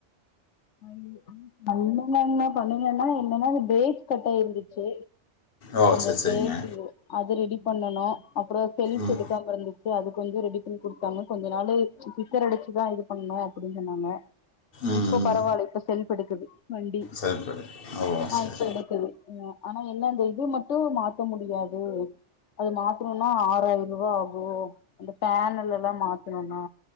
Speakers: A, on the left (about 85°); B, on the left (about 55°).
A: <unintelligible> பண்ணன பண்ணனேன்னா என்னன்னா அது பிரேக் கட்டாயிருந்துச்சு
B: ஓ
A: அந்த
B: சரி சரிங்க
A: பிரேக் அது ரெடி பண்ணனு அப்றோ செல்ப்
B: ம்
A: எடுக்காமருந்துச்சு அது கொஞ்சோ ரெடி பண்ணி கொடுத்தாங்க கொஞ்சோ நாளு கிக்கர் அடைச்சுதா இது பண்ணணு அப்டின்னு சொன்னாங்க
B: ம்
A: இப்ப
B: ம்.
A: பரவால்ல இப்ப செல்ப் எடுக்குது வண்டி
B: சரி சரி ஓ
A: அ
B: சரி
A: இப்ப எடுக்குது அ ஆனா என்ன அந்த இது மட்டு மாத்த முடியாது அது மாத்தணுனா ஆறாயிர ரூபா ஆகு அந்த பேனல் எல்லா மாத்தணுனா